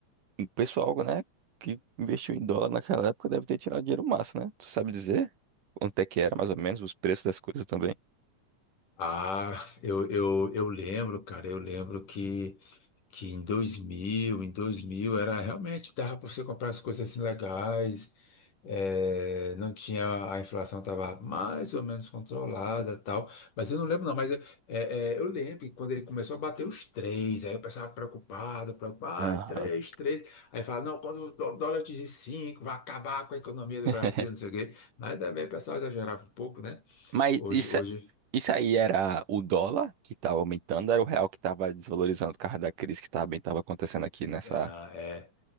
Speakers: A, on the right; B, on the left.
A: o pessoal, né, que investiu em dólar naquela época deve ter tirado dinheiro massa, né? Tu sabe dizer quanto é que era, mais ou menos, os preços das coisas também?
B: Ah, eu, eu, eu lembro, cara, eu lembro que, que em dois mil, em dois mil era realmente, dava para você comprar as coisas assim legais, eh, não tinha, a inflação estava mais ou menos controlada tal, mas eu não lembro não, mas eu, eh, eh, eu lembro que quando ele começou a bater os três, aí eu pensava preocupado, preocupado,
A: Aham.
B: ah, três, três, aí falava, não, quando o dólar atingir cinco, vai acabar com a economia do
A: <laughs>
B: Brasil, não sei o quê, mas também o pessoal exagerava um pouco, né?
A: Mas
B: Hoje,
A: isso,
B: hoje...
A: é- isso aí era o dólar que estava aumentando, era o real que estava desvalorizando por causa da crise que também estava acontecendo aqui nessa.
B: ah, é,